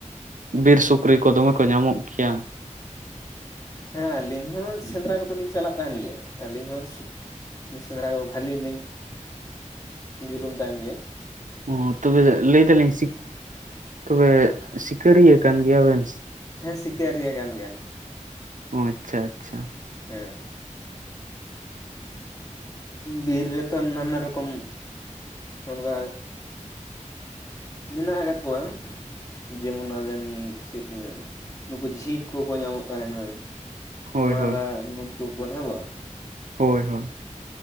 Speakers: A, on the right; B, on the left.
A: ᱵᱤᱨ ᱥᱩᱠᱨᱤ ᱠᱚ ᱫᱚᱢᱮ ᱠᱚ ᱧᱟᱢᱚᱜ ᱜᱮᱭᱟ ᱾
B: ᱦᱮᱸ ᱟᱹᱞᱤᱧ ᱦᱚᱸ ᱥᱮᱸᱫᱽᱨᱟ ᱠᱚᱫᱚ ᱞᱤᱧ ᱪᱟᱞᱟᱜ ᱛᱟᱸᱦᱮᱱ ᱜᱮᱭᱟ, ᱟᱹᱞᱤᱧ ᱦᱚᱸ ᱾ ᱥᱮᱸᱫᱽᱨᱟ ᱠᱚ ᱵᱷᱟᱹᱞᱤᱧ ᱞᱤᱧ, ᱡᱩᱞᱩᱢ ᱛᱟᱸᱦᱮᱱ ᱜᱮᱭᱟ ᱾
A: ᱚᱸ ᱛᱚᱵᱮ ᱞᱟᱹᱭ ᱫᱟᱞᱤᱧ ᱥᱤᱠ, ᱛᱚᱵᱮ ᱥᱤᱠᱟᱹᱨᱤᱭᱟᱹ ᱠᱟᱱ ᱜᱮᱭᱟ ᱵᱮᱱ?
B: ᱦᱮᱸ ᱥᱤᱠᱟᱨᱤᱭᱟᱹ ᱠᱟᱱ ᱜᱮᱭᱟ ᱞᱤᱧ ᱾
A: ᱚᱸ ᱟᱪᱪᱷᱟ ᱟᱪᱪᱷᱟ ᱾
B: ᱦᱮᱸ ᱾ ᱵᱤᱨ ᱨᱮᱛᱚ ᱱᱟᱱᱟ ᱨᱚᱠᱚᱢ, ᱚᱱᱜᱟ ᱢᱮᱱᱟᱜ ᱟᱠᱟᱫ ᱠᱚᱣᱟ ᱾ ᱡᱮᱢᱚᱱ ᱟᱵᱮᱱ ᱪᱮᱫ ᱞᱤᱧ, <inaudible> ᱱᱩᱠᱩ ᱡᱷᱤᱸᱠ ᱠᱚᱠᱚ ᱧᱟᱢᱚᱜ ᱛᱟᱸᱦᱮᱱᱟ ᱾
A: ᱦᱳᱭ
B: ᱢᱟᱨᱟᱜ
A: ᱦᱳᱭ
B: ᱱᱩᱠᱩ ᱠᱚ ᱦᱮᱸ ᱵᱟᱝ ᱾
A: ᱦᱳᱭ ᱦᱳᱭ